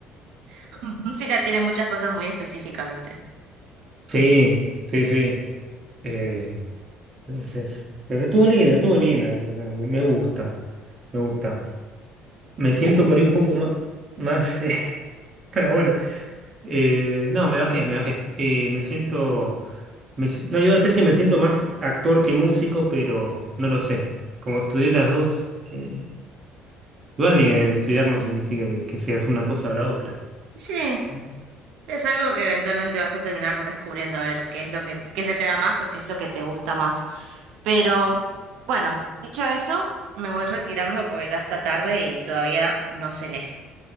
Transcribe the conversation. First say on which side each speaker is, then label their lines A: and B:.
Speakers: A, on the right (about 70°); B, on the right (about 30°).
A: <laughs> música tiene muchas cosas muy específicas, ¿viste?
B: Sí, sí, sí. Eh, es- es- pero estuvo linda, estuvo linda. Me, me gusta, me gusta. Me siento
A: Es lindo.
B: por ahí un poco más... más <laughs> ah, bueno, eh, no, me bajé, me bajé. Eh, me siento... me si- no, iba a decir que me siento más actor que músico, pero no lo sé. Como estudié las dos... eh, Igual ni estudiar no significa que, que seas una cosa o la otra.
A: Sí,
B: ¿Eh?
A: Es algo que eventualmente vas a terminar descubriendo a ver qué es lo que, qué se te da más o qué es lo que te gusta más. Pero bueno, dicho eso, me voy retirando porque ya está tarde y todavía no cené.